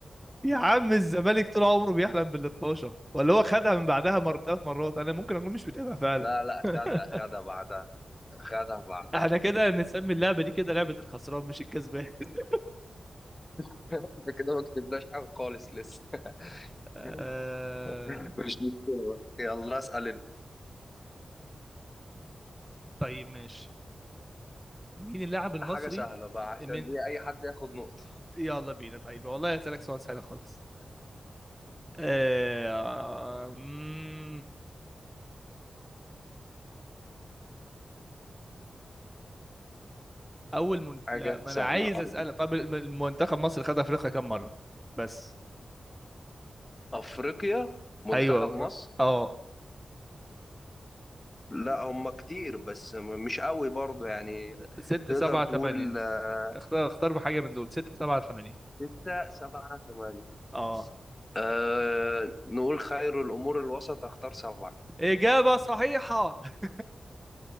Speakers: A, in the centre; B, on the left.
A: يا عم الزمالك طول عمره بيحلم بال 12 ولا هو خدها من بعدها مر ثلاث مرات انا ممكن اكون مش متابع فعلا
B: لا لا خدها
A: <laughs>
B: خدها بعدها خدها بعدها
A: احنا كده نسمي اللعبه دي كده لعبه الخسران مش الكسبان <laughs>
B: <laughs> احنا كده ما كتبناش حاجة خالص لسه
A: آه...
B: <laughs> مش مشكلة بقى يلا اسأل انت
A: طيب ماشي مين اللاعب المصري
B: حاجة سهلة بقى عشان
A: من
B: ايه اي حد ياخد نقطة
A: يلا بينا طيب والله هسألك سؤال سهل خالص آه... مم. اول من...
B: حاجة
A: لا ما
B: سهلة
A: انا عايز
B: أرجوك
A: اسالك طب الم- المنتخب مصر خد افريقيا كام مره بس
B: أفريقيا منتخب
A: ايوه افريقيا
B: مصر
A: اه
B: لا هم كتير بس م- مش قوي برضو يعني
A: ستة
B: تقدر
A: سبعة
B: تقول
A: تمانية
B: آه،
A: اختار اختار بحاجة من دول ستة سبعة تمانية
B: ستة سبعة ثمانية
A: اه
B: أه نقول خير الأمور الوسط أختار سبعة
A: إجابة صحيحة <laughs>